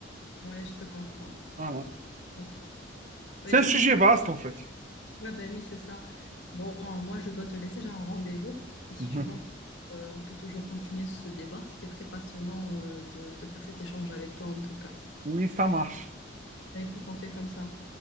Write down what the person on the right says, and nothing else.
Voilà.
C'est
un sujet vaste, en fait.
<laughs>
Oui, ça marche.